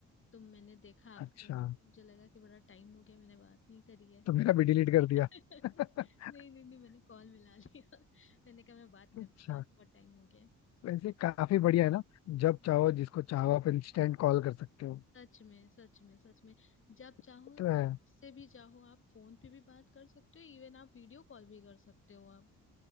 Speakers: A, on the left; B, on the left.
A: तो मैंने देखा आपका
B: अच्छा
A: नंबर मुझे लगा कि बड़ा टाइम हो गया मैंने बात नहीं करी है
B: तो मेरा भी डिलीट कर
A: <laughs>
B: दिया
A: नहीं
B: <laughs>
A: नहीं नहीं मैंने कॉल मिला <laughs> लिया मैंने कहा मैं बात करती
B: अच्छा
A: हूँ आज बहुत टाइम हो गया
B: वैसे काफी बढ़िया है ना जब चाहो जिसको चाहो आप इंस्टेंट कॉल कर सकते हो
A: सच में सच में सच में जब चाहो
B: ये तो है
A: से भी चाहो आप फोन पे भी बात कर सकते हो इवन आप वीडियो कॉल भी कर सकते हो अब